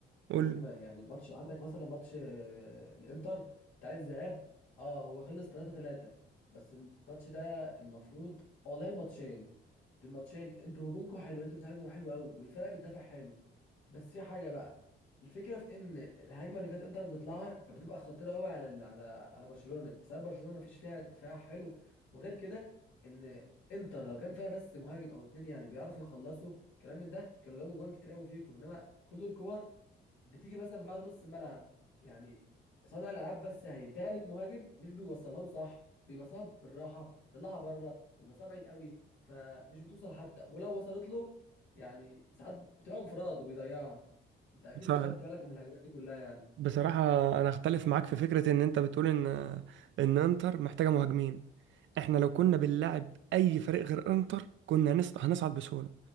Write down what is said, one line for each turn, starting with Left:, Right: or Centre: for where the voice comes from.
Right: قول
Left: يوم
Right: لي
Left: ما- يعني ماتش عندك مثلا ماتش آه، الانتر بتاع الذهاب اه هو خلص 3 3 بس الماتش ده المفروض والله الماتشين الماتشين انتوا هجومكم حلو انتوا بتهاجموا حلو قوي والفرقه بتدافع حلو بس في حاجه بقى الفكره في ان الهجمه اللي كانت انتر بتطلعها كانت بتبقى خطيره قوي على ال- على على برشلونه بسبب برشلونه ما فيش فيها دفاع حلو وغير كده ان انتر لو كان فيها بس مهاجم او اتنين يعني بيعرفوا يخلصوا كلام من ده كانوا جابوا جوان كتير قوي فيكم انما كل الكور بتيجي مثلا بعد نص الملعب يعني صانع الالعاب بس هيديها للمهاجم مش بيوصلها له صح بيبقى صعب بالراحه طلعها بره بيبقى صعب بعيد قوي فمش بتوصل حتى ولو وصلت له يعني ساعات بتبقى انفراد وبيضيعها انت اكيد
Right: بس-
Left: خدت بالك من الهجمات دي كلها يعني
Right: بصراحة أنا أختلف معاك في فكرة إن أنت بتقول إن إن إنتر محتاجة مهاجمين، إحنا لو كنا بنلعب أي فريق غير إنتر كنا هنص- هنصعد بسهولة،